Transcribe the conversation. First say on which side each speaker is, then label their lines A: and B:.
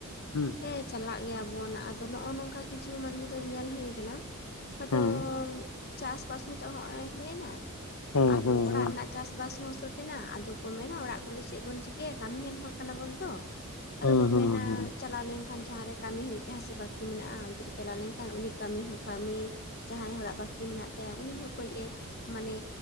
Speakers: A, on the left; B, on the left.
A: ᱦᱩᱸ᱾
B: ᱦᱮᱸ ᱪᱟᱞᱟᱜ ᱜᱮᱭᱟᱵᱚᱱ ᱟᱫᱚ ᱱᱚᱜᱼᱚ ᱱᱚᱝᱠᱟ ᱠᱤᱪᱷᱩ ᱢᱟᱹᱱᱢᱤ ᱫᱚ ᱧᱮᱞ ᱦᱩᱭ ᱟᱠᱟᱱᱟ ᱦᱚᱭᱛᱚᱻ
A: ᱦᱩᱸ
B: ᱪᱟᱥᱼᱵᱟᱥ ᱱᱤᱛᱚᱜ ᱦᱚᱸᱜᱼᱚᱭ ᱦᱩᱭᱮᱱᱟ᱾
A: ᱦᱩᱸ
B: ᱟᱫᱚ
A: ᱦᱩᱸ
B: ᱚᱲᱟᱜ
A: ᱦᱩᱸ
B: ᱨᱮᱱᱟᱜ ᱪᱟᱥᱼᱵᱟᱥ ᱦᱚᱸ ᱥᱟᱹᱛᱮᱱᱟ ᱟᱫᱚ ᱢᱮᱱᱟ ᱚᱲᱟᱜ ᱠᱚᱨᱮ ᱫᱚ ᱪᱮᱫ ᱵᱚᱱ ᱪᱤᱠᱟᱹᱭᱟ ᱠᱟᱹᱢᱤᱭᱟᱱ ᱦᱚᱲ ᱠᱟᱱᱟᱵᱚᱱ ᱛᱚ ᱟᱫᱚ
A: ᱦᱩᱸ
B: ᱠᱚ
A: ᱦᱩᱸ
B: ᱢᱮᱱᱟ
A: ᱦᱩᱸ
B: ᱪᱟᱞᱟᱣ ᱠᱷᱟᱱ ᱡᱟᱦᱟᱸ ᱨᱮ ᱠᱟᱹᱢᱤ ᱦᱩᱭᱩᱜ ᱡᱟᱦᱟᱸ ᱥᱮ ᱵᱟᱹᱠᱤ ᱢᱮᱱᱟᱜᱼᱟ ᱚᱱᱛᱮᱨᱮ ᱪᱟᱞᱟᱣ ᱞᱮᱱᱠᱷᱟᱱ ᱩᱱᱤ ᱠᱟᱹᱢᱤ ᱦᱚᱸ ᱠᱟᱹᱢᱤ ᱡᱟᱦᱟᱸᱭ ᱦᱚᱲᱟᱜ ᱵᱟᱹᱠᱤ ᱢᱮᱱᱟᱜ ᱛᱟᱭᱟ ᱩᱱᱤ ᱦᱚᱸ ᱠᱟᱹᱡᱽᱼ ᱮ ᱢᱟᱱᱮ